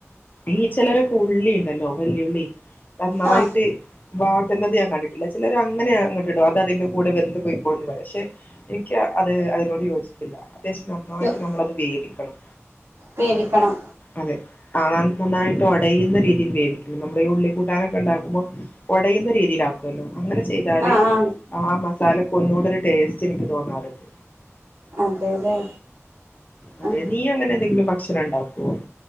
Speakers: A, on the left; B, on the right.
A: ഈ ചിലരൊക്കെ ഉള്ളി ഇണ്ടല്ലോ വല്ല്യുള്ളി നന്നായിട്ട്
B: ആ
A: വാട്ടുന്നത് ഞാൻ കണ്ടിട്ടില്ല ചിലര് അങ്ങനെ അങ്ങട്ട് ഇടും, അത് അതിന്റെ കൂടെ വെന്ത് പൊയ്ക്കോളും പറയും പക്ഷെ എനിക്ക് അത് അ നോട് യോജിപ്പില്ല അത്യാവിശ്യം നന്നായിട്ട്
B: യോ-
A: നമ്മളത് വേവിക്കണം
B: വേവിക്കണം
A: അതെ കാണാൻ നന്നായി ഒടയുന്ന രീതിയിൽ വേവിക്കണം, നമ്മള് ഈ ഉള്ളി കൂട്ടാനൊക്കെ ഉണ്ടാക്കുമ്പോ ഒടയുന്ന രീതിയില് ആക്കുവല്ലോ അങ്ങനെ ചെയ്താല്
B: ആ ആ
A: ആ മസാല ഒന്നൂടൊരു ടേസ്റ്റ് നിക്ക് തോന്നാറുണ്ട്
B: അതെല്ലേ
A: അതെ
B: ആ
A: നീ അങ്ങനെ എന്തെങ്കിലും വ <unintelligible> ണ്ടാക്കോ?